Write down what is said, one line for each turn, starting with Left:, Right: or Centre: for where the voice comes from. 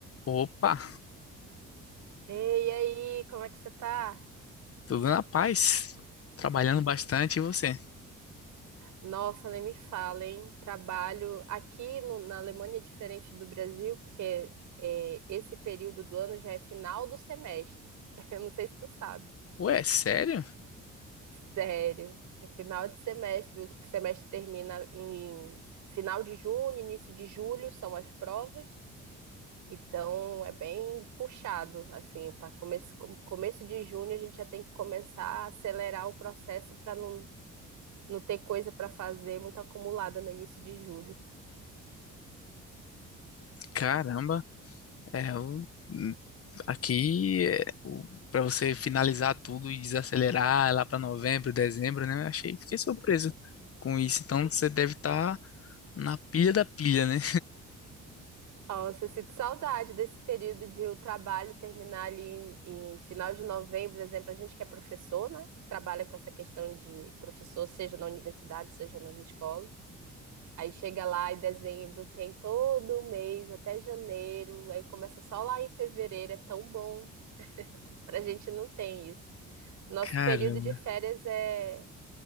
Left: Opa,
Right: Ei, e aí, como é que você tá?
Left: tudo na paz. Trabalhando bastante, e você?
Right: Nossa, nem me fala, hein? Trabalho aqui no- na Alemanha é diferente do Brasil, porque é, esse período do ano já é final do semestre. <laughs> Eu não sei se tu sabe.
Left: Ué, sério?
Right: Sério, é final de semestre. O o semestre termina em final de junho, início de julho são as provas. Então é bem puxado, assim, para começo, começo de junho a gente já tem que começar a acelerar o processo para não não ter coisa pra fazer, muito acumulada no início de julho.
Left: Caramba, é o hum, aqui é, o- pra você finalizar tudo e desacelerar lá pra novembro, dezembro, né? Eu achei, fiquei surpreso com isso. Então você deve estar na pilha da pilha, né?
Right: Nossa, eu sinto saudade desse período de o trabalho terminar ali em, em final de novembro, por exemplo, a gente que é professor, né? Trabalha com essa questão de professor, seja na universidade, seja nas escolas. Aí chega lá em dezembro, tem todo o mês até janeiro, aí começa só lá em fevereiro, é tão bom. Pra gente não tem isso. Nosso
Left: Caramba,
Right: período de férias é,